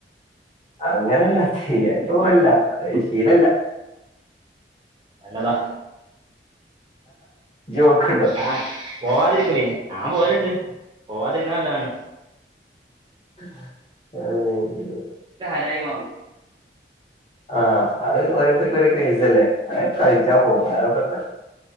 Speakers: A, on the left (about 30°); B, on the right (about 25°).
A: അങ്ങനല്ല ശ പോല്ല ശീലല്ല
B: നല്ലതാ
A: ഇജ്ജ് പോക്കുണ്ടോ
B: ആ പോവാതിരിക്കില്ല പോരുണ്ട് പോവാതിരിക്കണംല്ലതാണ്
A: അത <unintelligible>
B: അതായി മാ
A: ആ അത് ഓരോരുത്തർക്കും ഒ ക്രേസ് അല്ലേ അ കഴിച്ചാ പോക വേറെ പറ്റ